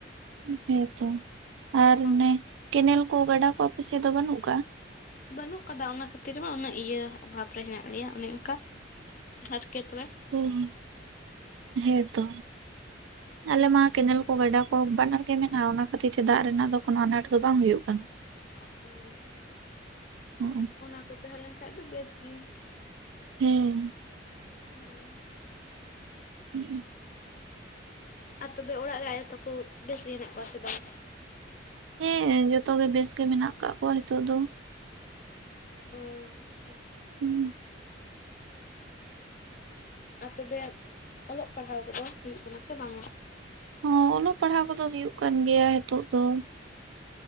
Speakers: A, on the right; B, on the left.
A: ᱦᱮᱸᱛᱚ ᱟᱨ
B: ᱦᱳᱭ
A: ᱚᱱᱮ ᱠᱮᱱᱮᱞ ᱠᱚ ᱜᱟᱰᱟ ᱠᱚ ᱟᱯᱮᱥᱮᱫ ᱫᱚ ᱵᱟᱹᱱᱩᱜ ᱟᱠᱟᱜᱼᱟ᱾
B: ᱵᱟᱹᱱᱩᱜ ᱠᱟᱫᱟ ᱚᱱᱟ ᱠᱷᱟᱹᱛᱤᱨ ᱢᱟ ᱩᱱᱟᱹᱜ ᱤᱭᱟᱹ ᱚᱵᱷᱟᱵᱽ ᱨᱮ ᱦᱮᱱᱟᱜ ᱞᱮᱭᱟ ᱚᱱᱮ ᱚᱱᱠᱟ ᱟᱨ ᱠᱮᱛ ᱛᱚᱵᱮ
A: ᱚᱸ ᱦᱮᱸ ᱛᱚ ᱟᱞᱮ ᱢᱟ ᱠᱮᱱᱮᱞ ᱠᱚ ᱜᱟᱰᱟ ᱠᱚ ᱵᱟᱱᱟᱨ ᱜᱮ ᱢᱮᱱᱟᱜᱼᱟ ᱚᱱᱟ ᱠᱷᱟᱹᱛᱤᱨ ᱛᱮ ᱫᱟᱜ ᱨᱮᱱᱟᱜ ᱫᱚ ᱠᱳᱱᱳ ᱟᱱᱟᱴ ᱫᱚ ᱵᱟᱝ ᱦᱩᱭᱩᱜ ᱠᱟᱱᱟ ᱾
B: ᱦᱩᱸ
A: ᱚ
B: ᱚᱱᱟ ᱠᱚ ᱛᱟᱦᱮᱸ ᱞᱮᱱ ᱠᱷᱟᱡ ᱫᱚ ᱵᱮᱥ ᱜᱮ
A: ᱦᱮᱸ
B: ᱦᱳᱭ
A: ᱦᱩᱸ <inaudible>
B: ᱟᱨ ᱛᱚᱵᱮ ᱚᱲᱟᱜ ᱨᱮ ᱟᱭᱳ ᱛᱟᱠᱚ ᱵᱮᱥ ᱜᱮ ᱦᱮᱱᱟᱜ ᱠᱚᱣᱟ ᱥᱮ ᱵᱟᱝ
A: ᱦᱮᱸ ᱡᱚᱛᱚ ᱜᱮ ᱵᱮᱥ ᱜᱮ ᱢᱮᱱᱟᱜ ᱟᱠᱟᱫ ᱠᱚᱣᱟ ᱦᱤᱛᱚᱜ ᱫᱚ
B: ᱚᱸ ᱟᱪᱪᱷᱟ
A: ᱦᱩᱸ
B: ᱟᱨ ᱛᱚᱵᱮ ᱚᱞᱚᱜ ᱯᱟᱲᱦᱟᱣ ᱠᱚᱫᱚ ᱦᱩᱭᱩᱜ ᱠᱟᱱᱟ ᱥᱮ ᱵᱟᱝᱼᱟ᱾
A: ᱦᱚᱸ ᱚᱞᱚᱜ ᱯᱟᱲᱦᱟᱣ ᱠᱚᱫᱚ ᱦᱩᱭᱩᱜ ᱠᱟᱱ ᱜᱮᱭᱟ ᱦᱤᱛᱚᱜ ᱫᱚ